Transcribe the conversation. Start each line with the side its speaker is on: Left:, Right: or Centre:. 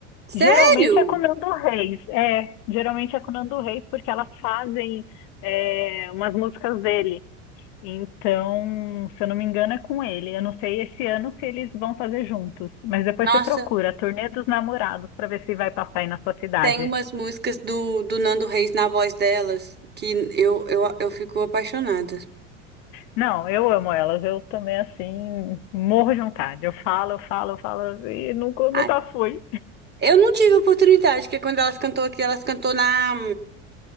Right: Sério?
Left: Geralmente é com o Nando Reis, é, geralmente é com o Nando Reis porque elas fazem é, umas músicas dele. Então, se eu não me engano, é com ele. Eu não sei esse ano se eles vão fazer juntos, mas depois
Right: Nossa,
Left: você procura a turnê dos namorados para ver se vai passar aí na sua cidade.
Right: Tem umas músicas do, do Nando Reis na voz delas que eu, eu, eu fico apaixonada.
Left: Não, eu amo elas. Eu também, assim, morro de vontade. Eu falo, eu falo, eu falo e nunca, nunca
Right: Ah,
Left: fui, <laughs>
Right: eu não tive oportunidade, porque quando elas cantou aqui, elas cantou na